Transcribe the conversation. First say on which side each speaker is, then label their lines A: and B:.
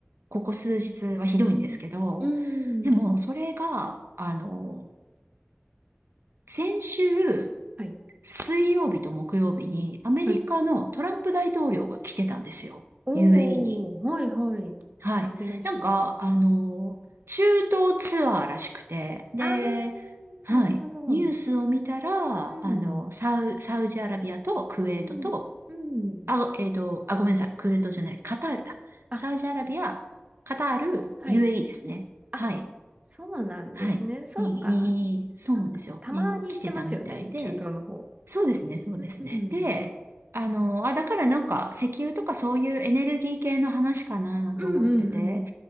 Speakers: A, on the right; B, on the right.
A: ここ数日はひどいんですけど、
B: うん。う
A: でも、
B: ん。
A: それが、あのー先週、
B: はい。
A: 水曜日と木曜日にアメリカのトランプ大統領が来てたんですよ。
B: はい。おー、
A: UAE に。
B: はい、はい。
A: はい。
B: 珍しい。
A: なんか、あの、中東ツアーらしくて、で、
B: あー、
A: はい。
B: なるほど。
A: ニュースを見たら、
B: うん。
A: あの、サウ、サウジアラビアとクウェートと、
B: うん、うん。うん。
A: あ、えっと、あ、ごめんなさい。クウェートじゃない。カタールだ。
B: あ、
A: サウジアラビア、カタール、
B: はい。
A: UAE ですね。
B: あ
A: はい。
B: そうなんですね。
A: はい。
B: そうか。
A: に、に、そうなんですよ。
B: なんか、たまに行ってますよね、
A: に来てたみたいで。
B: 中東の方。
A: そうですね、そうですね。
B: うん。
A: で、あの、あ、だからなんか石油とかそういうエネルギー系の話かななんて思ってて。
B: うんうんうん。